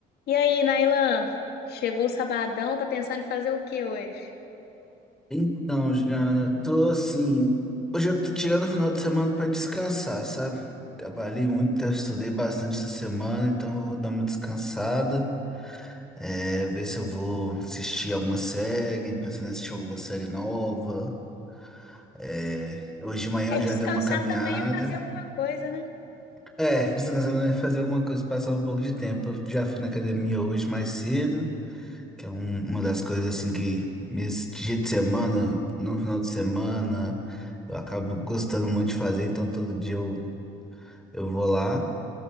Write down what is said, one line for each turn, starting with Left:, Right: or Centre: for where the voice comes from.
Left: E aí, Nailan? Chegou o sabadão, tá pensando em fazer o que hoje?
Centre: Então, Juliana, eu tô assim. Hoje eu tô tirando o final de semana pra descansar, sabe? Trabalhei muito, tá, estudei bastante essa semana, então eu vou dar uma descansada. É, ver se eu vou assistir alguma série, pensando em assistir alguma série nova. É, hoje de manhã
Left: É,
Centre: eu
Left: descansar
Centre: já dei uma caminhada.
Left: também é fazer alguma coisa, né?
Centre: É, descansando, né, fazer alguma coisa, passar um pouco de tempo. Eu já fui na academia hoje mais cedo. Que é um- uma das coisas assim que nesse dia de semana, no final de semana, eu acabo gostando muito de fazer, então todo dia eu, eu vou lá.